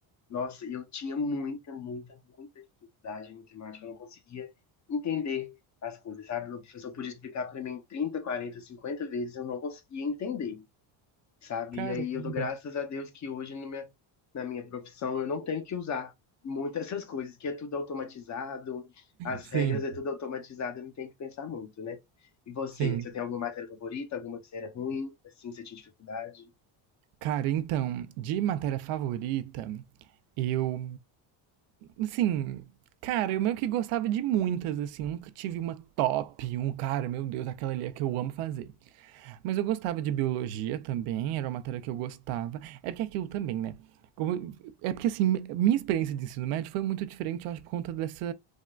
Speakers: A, on the left; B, on the right.
A: Nossa, eu tinha muita, muita, muita dificuldade em matemática, eu não conseguia entender as coisas, sabe? O professor podia explicar para mim 30, 40, 50 vezes, eu não conseguia entender, sabe?
B: caramba.
A: E aí eu dou graças a Deus que hoje no minha, na minha profissão eu não tenho que usar muito essas coisas, que é tudo automatizado, as
B: Sim,
A: regras é tudo automatizado, eu não tenho que pensar muito, né? E você,
B: sim.
A: você tem alguma matéria favorita, alguma que você era ruim, assim, que você tinha dificuldade?
B: Cara, então, de matéria favorita, eu, assim, cara, eu meio que gostava de muitas, assim, eu nunca tive uma top, um cara, meu Deus, aquela ali é que eu amo fazer. Mas eu gostava de biologia também, era uma matéria que eu gostava. É porque aquilo também, né? Como- é porque assim, minha experiência de ensino médio foi muito diferente, eu acho, por conta dessa